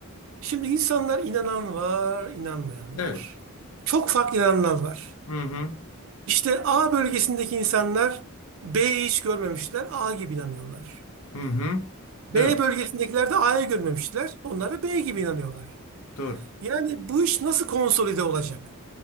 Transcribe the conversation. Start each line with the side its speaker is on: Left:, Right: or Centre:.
Right: şimdi insanlar inanan var, inanmayan
Left: Evet.
Right: var. Çok farklı inananlar var.
Left: Hı hı.
Right: İşte A bölgesindeki insanlar B'yi hiç görmemişler, A gibi inanıyorlar.
Left: Hı hı.
Right: B
Left: Evet.
Right: bölgesindekiler de A'yı görmemişler, onlar da B gibi inanıyorlar.
Left: Doğru.
Right: Yani bu iş nasıl konsolide olacak?